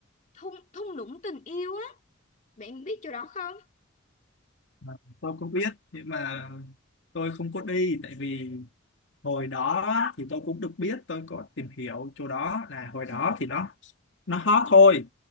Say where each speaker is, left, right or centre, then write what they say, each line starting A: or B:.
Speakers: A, on the left; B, on the left.
A: thung thung lũng tình yêu á bạn biết chỗ đó không
B: mà tôi cũng biết nhưng mà tôi không có đi tại vì hồi đó thì tôi cũng được biết tôi có tìm hiểu chỗ đó là hồi đó thì nó nó hot thôi